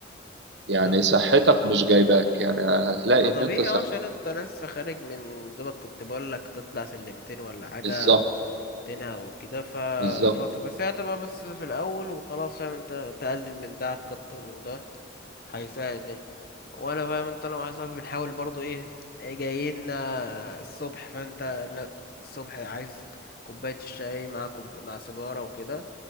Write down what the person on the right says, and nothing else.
يعني
صحتك مش جايباك يعني هتلاقي
ان انت صح
بالظبط
بالظبط